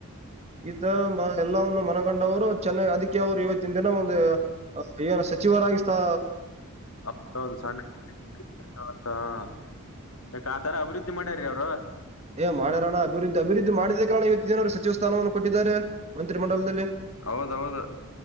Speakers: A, on the right; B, on the left.
A: ಈತರ ಎಲ್ಲವನ್ನು ಮನಗಂಡವರು ಚೆನ್ನೈ ಅದಕ್ಕೆ ಅವರು ಇವತ್ತಿನ ದಿನ ಒಂದು ಇವನ ಸಚಿವರಾಗಿತಾ
B: <inaudible> ಹೌದೌದು ಸಣ್ಣ ಹ ಆ ತಾರ ಅಭಿವೃದ್ಧಿ ಮಾಡ ಅವರು
A: ಏ ಮಾಡಾರೋಣ ಅಭಿವೃದ್ಧಿ ಅಭಿವೃದ್ಧಿ ಮಾಡಿದ ಕಾರಣ ಇವತ್ತನರು ಸಚಿವ ಸ್ಥಾನವನ್ನು ಕೊಟ್ಟಿದ್ದಾರೆ ಮಂತ್ರಿಮಂಡಲದಲ್ಲಿ
B: ಹೌದ ದೌದು